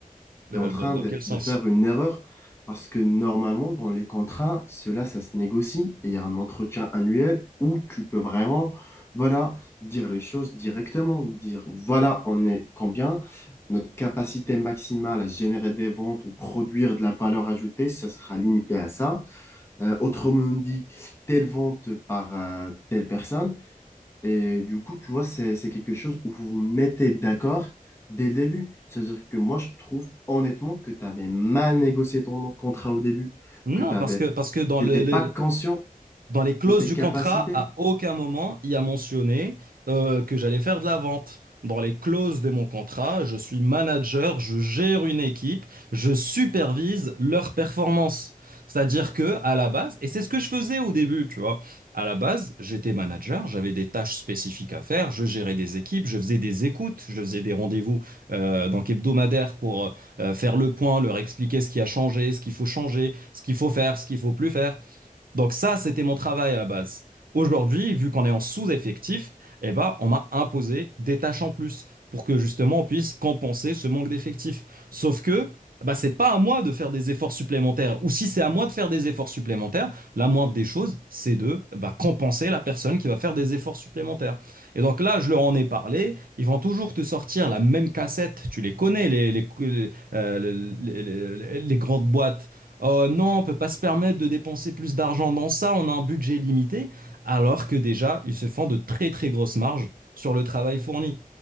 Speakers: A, on the right; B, on the left.
A: Euh,
B: tu es en train
A: Dans, dans
B: de,
A: quel sens?
B: de faire une erreur parce que normalement, dans les contrats, cela, ça se négocie et il y a un entretien annuel où tu peux vraiment, voilà, dire les choses directement, dire, voilà, on est combien, notre capacité maximale à générer des ventes ou produire de la valeur ajoutée, ça sera limité à ça. Euh, autrement dit, telle vente par euh, telle personne et du coup, tu vois, c'est, c'est quelque chose où vous vous mettez d'accord dès le début. C'est-à-dire que moi, je trouve honnêtement que tu avais mal négocié ton contrat au début,
A: Non,
B: que tu
A: parce
B: avais,
A: que, parce que dans
B: t'étais
A: le, le-
B: pas conscient
A: Dans les clauses
B: de tes
A: du
B: capacités.
A: contrat, à aucun moment il y a mentionné euh, que j'allais faire de la vente. Dans les clauses de mon contrat, je suis manager, je gère une équipe, je supervise leur performance. C'est-à-dire que à la base, et c'est ce que je faisais au début, tu vois, à la base, j'étais manager, j'avais des tâches spécifiques à faire, je gérais des équipes, je faisais des écoutes, je faisais des rendez-vous euh, donc hebdomadaires pour euh, faire le point, leur expliquer ce qui a changé, ce qu'il faut changer, ce qu'il faut faire, ce qu'il faut plus faire. Donc ça, c'était mon travail à la base. Aujourd'hui, vu qu'on est en sous-effectif, eh ben, on m'a imposé des tâches en plus pour que justement on puisse compenser ce manque d'effectifs. Sauf que bah, c'est pas à moi de faire des efforts supplémentaires. Ou si c'est à moi de faire des efforts supplémentaires, la moindre des choses, c'est de bah, compenser la personne qui va faire des efforts supplémentaires. Et donc là, je leur en ai parlé. Ils vont toujours te sortir la même cassette. Tu les connais, les, les, les, euh, les les, les grandes boîtes euh, non, on peut pas se permettre de dépenser plus d'argent dans ça, on a un budget limité, alors que déjà, ils se font de très très grosses marges sur le travail fourni.